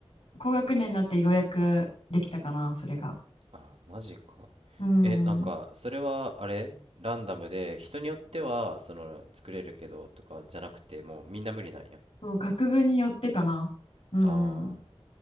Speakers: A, on the left; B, on the right.
A: 高学年になってようやくできたかなそれが
B: あ、マジか。
A: うん
B: え、なんか、それは、あれランダムで、人によっては、その、作れるけど、とか、じゃなくて、もう、みんな無理なんや。
A: そう学部によってかなうんうん
B: ああ。